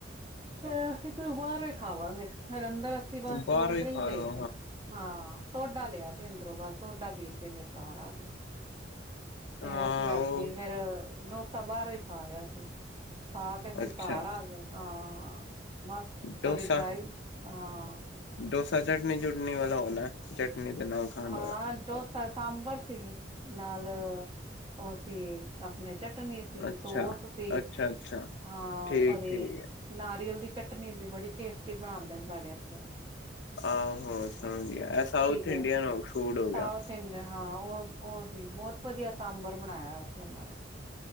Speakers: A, on the right (about 25°); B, on the left (about 70°).
A: ਹੋਰ ਅਸੀਂ ਬਾਹਾਰ ਈ ਖਾਵਾਂਗੇ। ਫਿਰ ਅੰਦਰ ਅਸੀਂ ਬਸ
B: ਬਾਹਰੋਂ
A: ਕੋਲਡ
B: ਹੀ
A: ਡ੍ਰਿੰਕ
B: ਖਾ ਲੋ
A: ਲਈ ਸੀ ਹਾਂ। ਸੋਡਾ ਲਿਆ ਸੀ ਅੰਦਰੋਂ ਬਸ, ਸੋਡਾ ਪੀ ਕੇ ਫੇਰ ਘਾਰ ਆ ਗਿਆ।
B: ਹਾਂ-ਹਾਂ
A: ਫੇਰ ਅਸੀਂ ਰਾਤੀ
B: ਉਹ
A: ਫੇਰ ਡੋਸਾ ਬਾਹਰੋਂ ਹੀ ਖਾ ਲਿਆ ਸੀ। ਖਾ ਕੇ ਫਿਰ
B: ਅੱਛਾ
A: ਘਰ ਆ ਗੇ ਹਾਂ, ਬਸ
B: ਡੋਸਾ
A: ਥੋੜੀ ਡਰਾਈਵ ਹਾਂ
B: ਡੋਸਾ ਚਟਨੀ- ਚੁਟਨੀ ਵਾਲਾ ਹੋਣਾ, ਚਟਨੀ ਦੇ ਨਾਲ ਖਾਣ
A: ਹਾਂ
B: ਵਾਲਾ।
A: ਡੋਸਾ ਸਾਂਬਰ ਸੀ ਨਾਲ, ਉਹ ਸੀ ਆਪਣੀ ਚਟਨੀ ਸੀ,
B: ਅੱਛਾ
A: ਸੋਸ ਸੀ,
B: ਅੱਛਾ ਅੱਛਾ
A: ਹਾਂ
B: ਠੀਕ
A: ਔਰ
B: ਠੀਕ ਹੈ
A: ਨਾਰੀਅਲ ਦੀ ਚਟਨੀ ਸੀ ਬੜੀ ਟੇਸਟੀ ਬਣਾਦੇਣ ਨੇ ਸਾਡੇ ਇੱਥੇ।
B: ਆਹੋ ਸਮਝ ਗਿਆ ਐ ਸਾਊਥ
A: ਗਿਆ
B: ਇੰਡੀਅਨ ਫੂਡ
A: ਸਾਊਥ
B: ਹੋ ਗਿਆ
A: ਇੰ ਡਿਆ ਹਾਂ ਉਹ- ਉਹ ਸੀ ਬਹੁਤ ਵਧੀਆ ਸਾਂਬਰ ਬਣਾਇਆ ਹੋਇਆ ਸੀ ਉਹਨਾਂ ਨੇ।